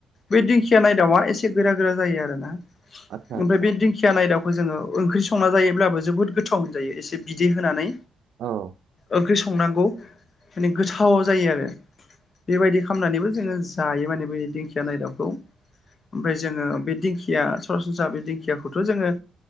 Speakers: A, on the left (about 45°); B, on the right (about 70°).
A: बे दिंखिया नायदावआ एसे गोरा गोरा जायो आरो ना
B: आतसा
A: ओमफ्राय
B: आतसा
A: बे दिंखिया खिया नाय दाउखौ जोङो ओंख्रि संना जायोब्लाबो जोबोद गोथाव मोनजायो एसे बिदै होनानै
B: औ
A: ओंख्रि संनांगौ माने गोथाव जायो आरो बेबायदि खालामनानैबो जोङो जायो माने बे दिंखिया नायदाबखौ ओमफ्राय जोङो बे दिंखिया सरासनस्रा बे दिंखियाखौथ' जोङो